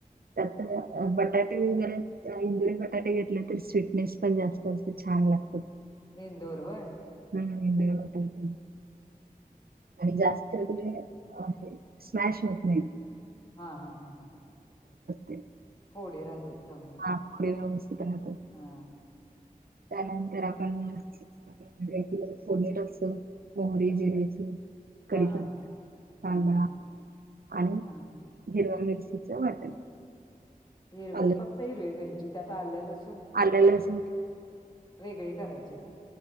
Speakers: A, on the right; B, on the left.
A: त्यात बटाटे वगैरे इंदुरी बटाटे घेतले तर स्वीटनेस पण जास्त असते छान लागते
B: एन दोर व
A: हम् दय वाट यत आणि जास्त ज स्मॅश होत नाही
B: हा हा हा हा
A: ते.
B: फोडी राहतात चांगल्या
A: हां. पुढे व्यवस्थित राहतात.
B: हा
A: त्यानंतर आपण म्ह कि पुणे अस मोहरी जि
B: हा
A: क तांदळा
B: हा हा
A: आणि
B: हा
A: हिरवा मि च वाटल
B: हिरवी
A: अ
B: फक्त हिरवी मिरची त्यात आलं लसूण
A: अ ल अस
B: वेगळी करायची का